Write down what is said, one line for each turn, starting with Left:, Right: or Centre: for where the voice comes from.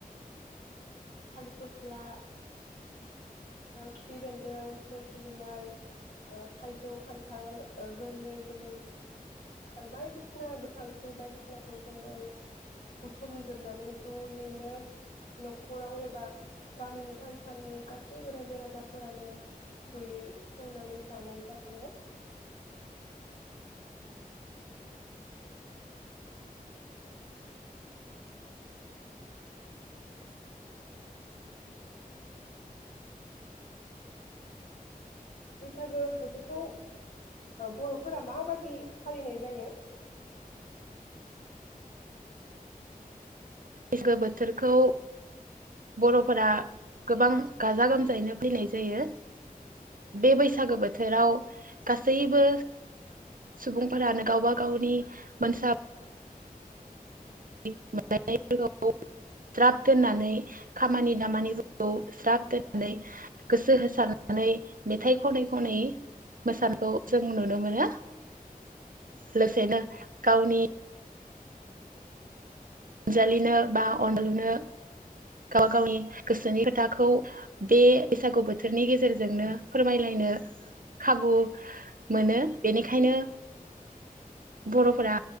Left: थालिर फसला खिफि बेन्दों नोरसि बिलाइ थाइजौ खान्थाल गोरलै गोरलै आरो बायदिसिना गोखा गोखै बायदिसिनाखौ जोङो बुथुमजोबनानै जयैनो न'खराव एबा गामिनि थानसालि गासै जेबो रायजो राजाफोरानो जयै संनानै जानाय जायो बैसागो बोथोरखौ बर'फोरा माबायदि फालिनाय जायो
Right: बैसागो बोथोरखौ बर'फोरा गोबां गाजा गोमजायैनो फैनाय जायो बे बैसागो बोथोराव गासैबो सुबुंफोरानो गावबा गावनि मोनसा लायनायफोरखौ ज्राब दोननानै खामानि दामानिफोरखौ ज्राब दोननानै गोसो होसारनानै मेथाइ खनै खनै मोसानायखौ जों नुनो मोनो ल लोगोसेैनो गावनि जालिनो बा अनलुनो गाव गावनि गोसोनि खोथाखौ बे बैसागु बोथोरनि गेजेरजोंनो फोरमायलायनो खाबु मोनो बेनिखायनो बर'फोरा